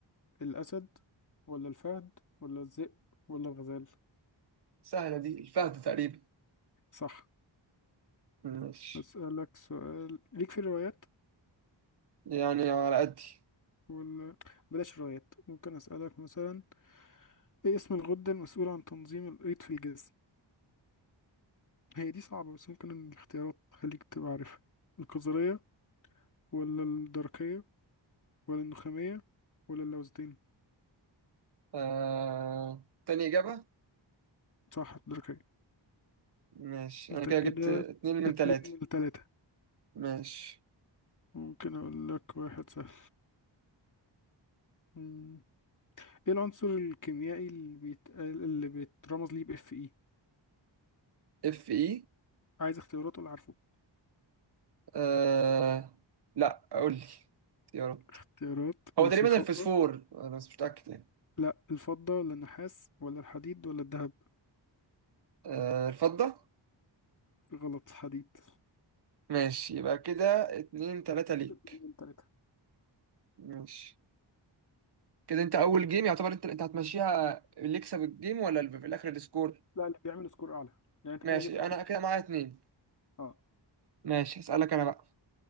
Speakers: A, on the left; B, on the right.
A: الأسد ولا الفهد ولا الذئب ولا الغزال
B: سهلة دي الفهد تقريبا
A: صح
B: ماشي
A: أسألك سؤال ليك في الروايات
B: يعني على قدي
A: ولا بلاش روايات ممكن أسألك مثلا إيه اسم الغدة المسؤولة عن تنظيم الأيض في الجسم هي دي صعبة بس ممكن الاختيارات تخليك تبقى عارفها القذرية ولا الدرقية ولا النخامية ولا اللوزتين
B: آه... تاني إجابة
A: صح الدرقية
B: ماشي
A: أنت
B: أنا كده
A: كده
B: جبت اتنين من
A: اتنين
B: تلاتة
A: من تلاتة
B: ماشي
A: ممكن أقول لك واحد سهل مم. ايه العنصر الكيميائي اللي بيتقال اللي بيترمز ليه باف اي
B: اف اي
A: عايز اختيارات ولا عارفه
B: آه... لا قول لي اختيارات
A: اختيارات ماشي
B: هو تقريبا
A: الفضة
B: الفسفور أنا بس مش متأكد يعني
A: لا الفضة ولا النحاس ولا الحديد ولا الذهب
B: آه... الفضة
A: غلط حديد
B: ماشي يبقى كده اتنين تلاتة ليك
A: اتنين من تلاتة
B: ماشي كده انت اول جيم يعتبر انت انت هتمشيها اللي يكسب الجيم ولا اللي في الاخر السكور
A: لا اللي بيعمل سكور أعلى يعني أنت
B: ماشي
A: كده جبت اتنين
B: انا كده معايا اتنين
A: أه
B: ماشي هسألك انا بقى